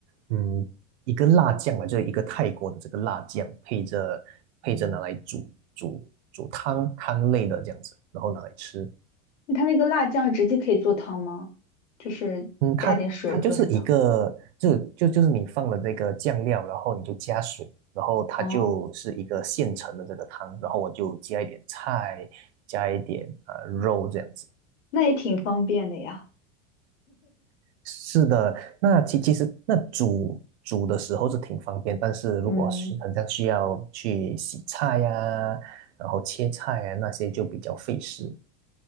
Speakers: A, on the right; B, on the left.
A: 嗯，一个辣酱吧，就是一个泰国的这个辣酱，配着配着拿来煮煮煮汤汤类的这样子，然后拿来吃。
B: 它那个辣酱直接可以做汤吗？就是加点水做成汤。
A: 嗯，它它就是一个，就就就是你放了这个酱料，然后你就加水，然后它就是一个现成的这个汤，
B: 哦，
A: 然后我就加一点菜，加一点啊、呃肉这样子。
B: 那也挺方便的呀。
A: 是的，那其其实那煮煮的时候是挺方便，但是如果是很像需要去洗菜呀、
B: 嗯，
A: 然后切菜呀那些就比较费事。